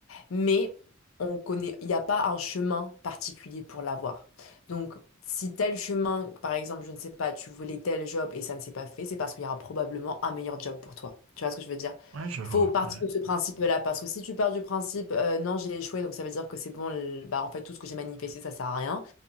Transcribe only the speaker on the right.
Ouais, je vois.
Ouais.